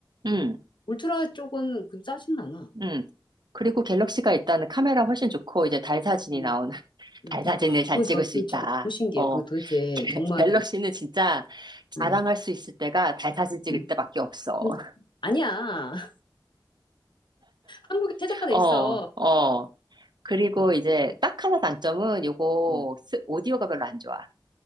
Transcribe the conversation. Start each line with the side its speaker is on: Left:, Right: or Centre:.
Right: 음,
Left: 울트라 쪽은 그 싸진 않아.
Right: 음. 그리고 갤럭시가 일단은 카메라 훨씬 좋고 이제 달 사진이
Left: 음,
Right: 나오는
Left: 음.
Right: 잘 사진을 잘
Left: 그건
Right: 찍을
Left: 저,
Right: 수
Left: 그
Right: 있다.
Left: 진짜 너무 신기해.
Right: 어,
Left: 그거 도대체
Right: 갤-
Left: 정말,
Right: 갤럭시는 진짜 자랑할
Left: 응,
Right: 수 있을 때가 달 사진 찍을
Left: 응,
Right: 때밖에 없어.
Left: 응.
Right: <laughs>
Left: 아니야. <laughs> 한국에 최적화돼
Right: 어,
Left: 있어.
Right: 어. 그리고
Left: 응,
Right: 이제 딱 하나 단점은 요거
Left: 응.
Right: 스- 오디오가 별로 안 좋아.